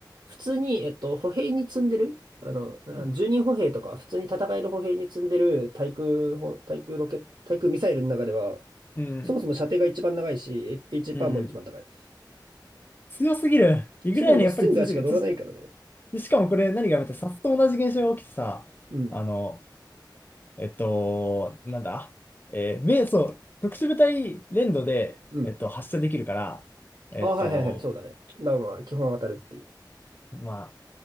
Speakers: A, on the right (about 65°); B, on the left (about 25°).
A: 普通に、えっと、歩兵に積んでるあの、あ10人歩兵とか、
B: うん、
A: 普通に戦える歩兵に積んでる対空砲対空ロケ、対空ミサイルの中では、
B: うん、
A: そもそも射程が一番長いし、H
B: うん。
A: パーも一番高い。
B: 強すぎる。いぐらいのやっぱり強すぎる。
A: そもそもスティンガーしか乗らないからね。
B: そししかもこれ何がやめて、さっと同じ現象が起きてさ、
A: うん。
B: あの、えっと、なんだ、えー、め、そう、特殊部隊連動で、
A: うん。
B: えっと、発射できるから、えっと、
A: あ、はいはいはい、そうだね。まあまあ、基本当たるっていう。
B: まあ、